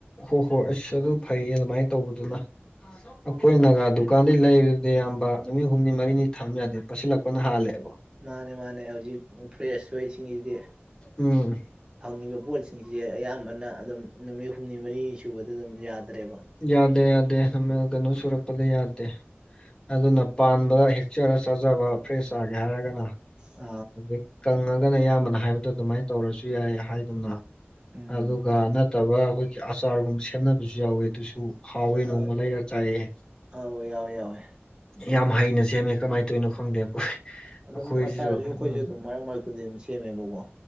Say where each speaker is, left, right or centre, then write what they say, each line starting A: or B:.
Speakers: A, on the left; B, on the right.
A: ꯍꯣ ꯍꯣꯏ ꯑꯁ ꯑꯗꯨ ꯐꯩ ꯑꯗꯨꯃꯥꯏꯅ ꯇꯧꯕꯗꯨꯅ ꯑꯩꯈꯣꯏ ꯒꯥ ꯗꯨꯀꯥꯟꯗꯩ ꯂꯩꯕꯗꯨꯗꯤ ꯑꯌꯥꯝꯕ ꯅꯨꯃꯤꯠ ꯍꯨꯝꯅꯤ ꯃꯔꯤꯅꯤ ꯊꯝ ꯌꯥꯗꯦ ꯄꯠꯁꯤꯜꯂꯛꯄꯅ ꯍꯥꯜꯂꯦꯕ
B: ꯃꯥꯅꯦ ꯃꯥꯅꯦ ꯍꯧꯖꯤꯛ ꯐ꯭ꯔꯦꯁꯁꯤꯡꯁꯤꯗꯤ
A: ꯎꯝ
B: ꯐꯪꯉꯤꯕ ꯄꯣꯠꯁꯤꯡꯁꯦ ꯑꯌꯥꯝꯕꯅ ꯑꯗꯨꯝ ꯅꯨꯃꯤꯠ ꯍꯨꯝꯅꯤ ꯃꯔꯤꯅꯤ ꯁꯨꯕꯗ ꯑꯗꯨꯝ ꯌꯥꯗ꯭ꯔꯦꯕ
A: ꯌꯥꯗꯦ ꯌꯥꯗꯦ ꯀꯩꯅꯣ ꯁꯨꯔꯛꯄꯗ ꯌꯥꯗꯦ ꯑꯗꯨꯅ ꯄꯥꯟꯕꯗ ꯍꯦꯛꯆꯔ ꯆꯥꯖꯕ ꯐ꯭ꯔꯦꯁ ꯆꯥꯒꯦ ꯍꯥꯏꯔꯒꯅ
B: ꯎ
A: ꯑꯗꯒꯤ ꯀꯪꯉꯒꯅ ꯑꯌꯥꯝꯕꯅ ꯍꯥꯏꯕꯗꯣ ꯑꯗꯨꯃꯥꯏꯅ ꯇꯧꯔꯁꯨ ꯌꯥꯏ ꯍꯥꯏꯗꯨꯅ
B: ꯎꯝ
A: ꯑꯗꯨꯒ ꯅꯠꯇꯕ ꯑꯩꯈꯣꯏꯒꯤ ꯑꯆꯥꯔꯒꯨꯝꯕ ꯁꯦꯝꯅꯕꯁꯨ ꯌꯥꯎꯋꯦ ꯑꯗꯨꯁꯨ ꯍꯥꯎꯏ
B: ꯑ
A: ꯅꯣꯡꯃ ꯂꯩꯔ ꯆꯥꯏꯌꯦ
B: ꯑꯧ ꯌꯥꯎꯋꯦ ꯌꯥꯎꯋꯦ
A: ꯌꯥꯝ ꯍꯩꯅ ꯁꯦꯝꯃꯦ ꯀꯃꯥꯏꯅ ꯇꯧꯔꯤꯅꯣ ꯈꯪꯗꯦ ꯑꯩꯈꯣꯏ
B: ꯑꯗꯨꯝ
A: ꯑꯩꯈꯣꯏꯁꯤꯁꯨ
B: ꯑꯆꯥꯔꯁꯨ ꯑꯩꯈꯣꯏꯁꯨ
A: ꯎꯝ
B: ꯑꯗꯨꯝ ꯃꯔꯛ ꯃꯔꯛꯇꯗꯤ ꯑꯗꯨꯝ ꯁꯦꯝꯃꯦꯕꯀꯣ